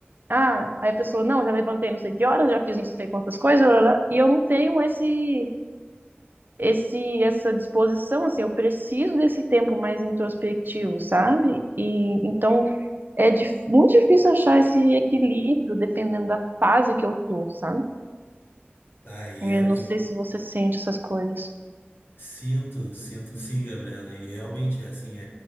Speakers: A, on the right (about 50°); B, on the left (about 60°).
A: ah, aí a pessoa, não, já levantei não sei que horas, já fiz não sei quantas coisas, lá, lá, lá, e eu não tenho esse. Esse, essa disposição, assim, eu preciso desse tempo mais introspectivo, sabe? E então é dif- muito difícil achar esse equilíbrio dependendo da fase que eu tô, sabe?
B: Tá, e
A: Eu
B: é,
A: não sei se você sente essas coisas.
B: Sinto, sinto sim, Gabriela. E realmente, assim, é